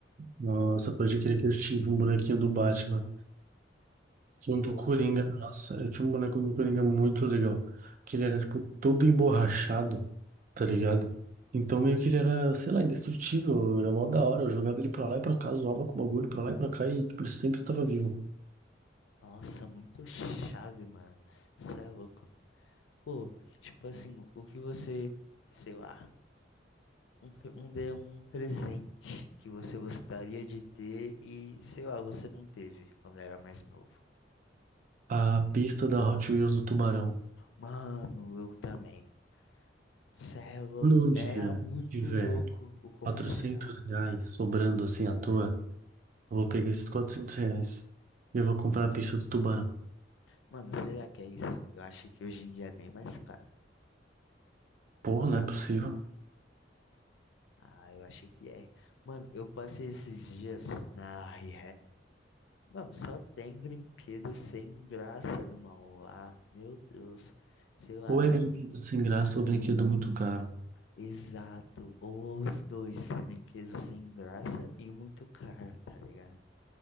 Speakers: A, on the right; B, on the left.
A: Nossa, pode crer que eu tive um bonequinho do Batman. Um do
B: mano.
A: Coringa. Nossa, eu tinha um boneco do Coringa muito legal. Que ele era, tipo, todo emborrachado, tá ligado? Então meio que ele era, sei lá, indestrutível. Era mó da hora. Eu jogava ele pra lá e pra cá, zoava com o bagulho pra lá e pra cá e, tipo, ele sempre tava vivo.
B: Nossa, muito chave, mano. Cê é louco. Pô, tipo assim, o que você, sei lá, um, pre- um, de- um presente que você gostaria de ter e, sei lá, você não teve quando era mais novo.
A: A pista da Hot Wheels do Tubarão.
B: Mano, eu também. Cê é louco.
A: Quando um dia
B: Era muito
A: tiver
B: louco o comercial.
A: Quatrocentos reais sobrando assim à toa, eu vou pegar esses 400 reais e eu vou comprar a pizza do tubarão.
B: Mano, será que é isso? Eu acho que hoje em dia é bem mais caro.
A: Porra, não é possível.
B: Ah, eu acho que é. Mano, eu passei esses dias na re Mano, só tem brinquedo sem graça, irmão, lá. Meu Deus. Sei lá,
A: Ou
B: mano.
A: é brinquedo sem graça ou é brinquedo muito caro.
B: Exato. Ou os dois, brinquedos sem graça e muito caro, tá ligado?